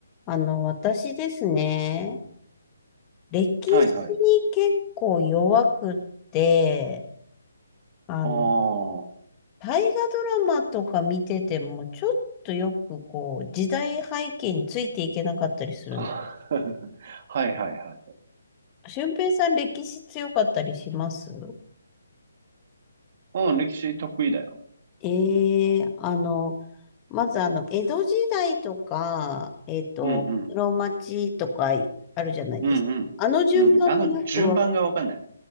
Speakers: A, on the left (about 25°); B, on the right (about 45°).
A: あの、私ですね、歴史に結構弱くって、
B: はいはい。
A: あの、
B: あー
A: 大河ドラマとか見てても、ちょっとよくこう、時代背景についていけなかったりする。
B: あ。<laughs> はいはいはい。
A: 俊平さん、歴史強かったりします
B: うん、歴史得意だよ。
A: ええあの、まずあの、江戸時代とか、えっと、
B: うんうん。
A: 室町とかあるじゃないですか。
B: うんうん。
A: あの順番もよくわ、
B: うん。あの、順番がわかんない。